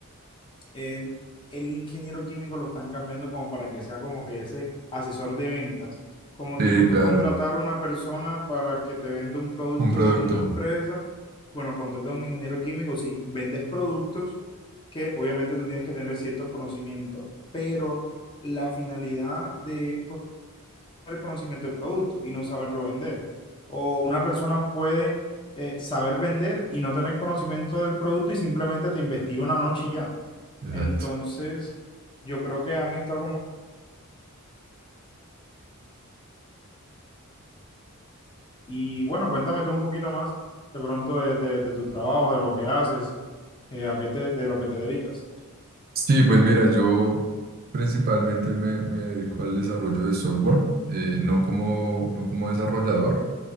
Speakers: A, on the left; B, on the right.
A: en- el ingeniero químico lo están cambiando como para que sea como que ese asesor de ventas, como
B: sí,
A: tipo tú
B: claro,
A: contratar a una persona para que te venda un producto
B: un producto,
A: de una empresa, bueno, contrata a un ingeniero químico, sí, vendes productos que obviamente tú tienes que tener ciertos conocimientos, pero la finalidad de el conocimiento del producto y no saberlo vender. O una persona puede eh, saber vender y no tener conocimiento del producto y simplemente te investiga una noche y ya.
B: exacto.
A: Entonces, yo creo que han estado como... Y bueno, cuéntame tú un poquito más de pronto de, de- de tu trabajo, de lo que haces, eh, a qué te, de lo que te dedicas.
B: Sí, pues mira, yo principalmente me, me dedico al desarrollo de software, eh, no como, no como desarrollador,